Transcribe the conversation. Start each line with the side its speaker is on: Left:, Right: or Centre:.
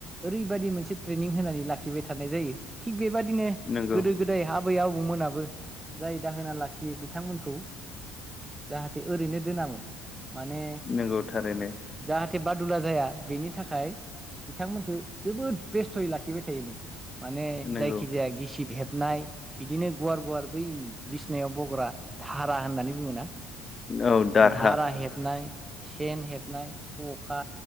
Right: ओरैबायदि मोनसे ट्रेनिं होनानै लाखिबाय थानाय जायो थिग बेबादिनो
Left: नंगौ
Right: गोदो गोदाय हाब आबै आबौमोनाबो जाय दाहोना लाखियो बिथांमोनखौ जाहाथे ओरैनो दोनामोन माने
Left: नंगौ थारैनो
Right: जाहाथे बादुला जाया बेनि थाखाय बिथांमोनखो जोबोद बेस्थ'यै लाखिबाय थायोमोन। माने
Left: नंगौ
Right: जायखिजाया गिसिब हेब होबनाय बिदिनो गुवार गुवार बै बिसिनायाव बग्रा धाब रा होननानै बुङो ना
Left: औ दारहा
Right: धारा हेबनाय, सेन, हेबनाय खखा